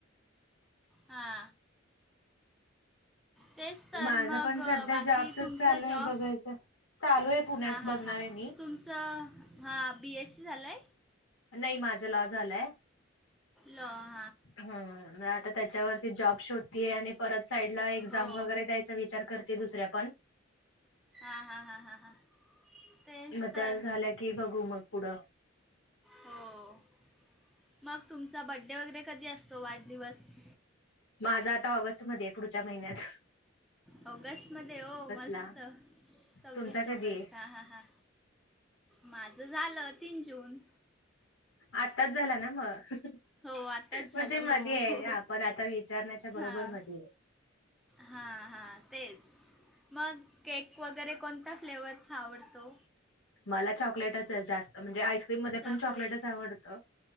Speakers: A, in the centre; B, on the left.
A: हा. तेचं तरं
B: माझं
A: मंग
B: पण सध्या
A: बाकी
B: जॉबचच
A: तुमचं
B: चालू आहे
A: जॉब.
B: बघायचं. चालू आहे पुण्यात
A: हा
B: बघणार
A: हा हा
B: आहे मी.
A: तुमचं हा बीएससी झालंय.
B: नाहीं माझ लॉ झालायं.
A: लाॅ.
B: हंम आतां त्यांच्यावरती आंतां जॉब शोध शोदती आहे आणि परत साईडला एक्झाम
A: हो
B: वगैरें द्यायचा विचार करतें दुसऱ्या पण
A: हा हा हा हा हातेचं
B: मग
A: तरं.
B: त्या झाल्या की बघू मग पुढं.
A: हो मंग तुमचा बड्डे वगैरें कधी असतों वाढदिवसं.
B: माझा आतां ऑगस्टमध्ये आहे पुढच्यां महिन्यांत
A: ऑगस्ट मध्यें हो मस्तं
B: ला
A: सव्वीस
B: तुमचा कधी
A: ऑगस्ट
B: आहे?
A: हां हां हां माझं झालं तीनं जून
B: आत्ताच झालां ना मंग
A: हो आत्ताच
B: म्हणजे
A: झालं
B: मध्यें
A: हो
B: आहे
A: हो हो.
B: आपणं आतां विचारण्यांच्यां बरोबर
A: हां
B: मध्यें आहे.
A: हां हां तेचं मंग केक वगैरें कोणत्यां फ्लेवरचां आवडतो.
B: मलां चॉकलेटचं जास्तं म्हणजे आईस्क्रीम मध्यें
A: चॉकलेट
B: पणं चॉकलेटचं आवडतो.